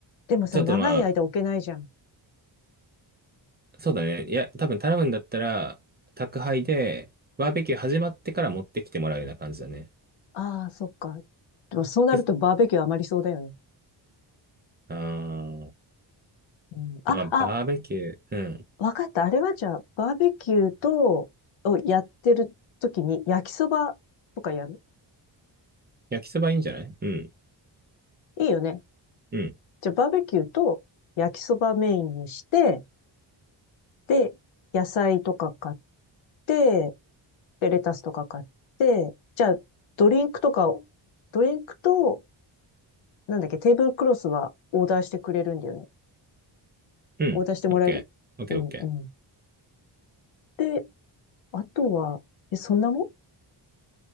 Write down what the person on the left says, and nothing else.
でもさ、
長い間置けないじゃん。
ああ、そっか。でもそうなるとバーベキュー余りそうだよね。
うん、あ、
あ、
わかった。あれはじゃあ、バーベキューと、をやってる時に焼きそばとかやる
いいよね。
じゃあ、バーベキューと焼きそばメインにして、で、野菜とか買って、で、レタスとか買って、じゃあ、ドリンクとかを、ドリンクとなんだっけ、テーブルクロスはオーダーしてくれるんだよね。
オーダーしてもらえるうんうん。
で、あとは、え、そんなもん